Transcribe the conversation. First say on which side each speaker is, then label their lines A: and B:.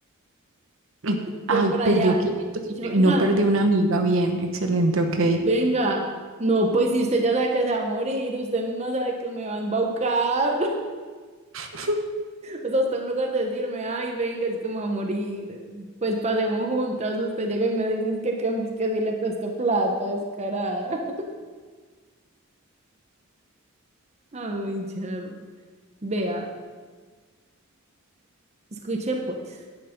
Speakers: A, on the right; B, on the right.
A: Y,
B: yo
A: Ay,
B: por allá,
A: perdió 500
B: y
A: y
B: yo,
A: y
B: venga,
A: no perdió una amiga. Bien, excelente, ok.
B: venga, no, pues si usted ya sabe que se va a morir, usted misma sabe que me va a embaucar.
A: <laughs>
B: O sea, usted en lugar de decirme, ay, venga, es que me voy a morir, pues pasemos juntas, usted llega y me dice que, que, que sí le presto plata, descarada. <laughs> Ay, Charo. Vea, escuche pues,